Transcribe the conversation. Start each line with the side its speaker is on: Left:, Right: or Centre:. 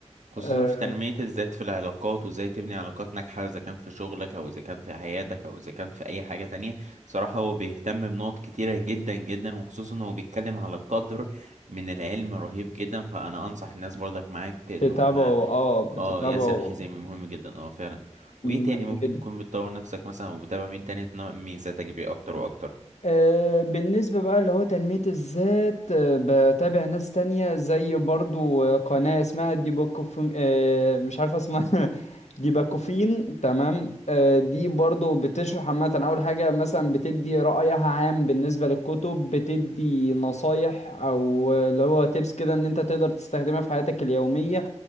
Right: خصوصا
Left: آه،
Right: في تنمية الذات في العلاقات وازاي تبني علاقات ناجحة اذا كان في شغلك او اذا كان في حياتك او اذا كان في اي حاجة تانية صراحة هو بيهتم بنقط كتيرة جدا جدا وخصوصا هو بيتكلم على قدر من العلم رهيب جدا فانا انصح الناس برضك معاك ان
Left: بتتابعه
Right: هم
Left: اه بتتابعه
Right: اه ياسر الحزامي مهم جدا اه فعلا وايه تاني
Left: مهم
Right: ممكن
Left: جدا
Right: تكون بتطور نفسك مثلا وبتابع مين تاني تنمي ذاتك بيه اكتر واكتر
Left: آه، بالنسبة بقى اللي هو تنمية الذات آه، بتابع ناس تانية زي برضو آه، قناة اسمها ديباكوف آه، مش عارف اسمها <laughs> ديباكوفين تمام آه، دي برضو بتشرح عامة أول حاجة مثلا بتدي رأيها عام بالنسبة للكتب بتدي نصايح أو آه، اللي هو تيبس كده إن أنت تقدر تستخدمها في حياتك اليومية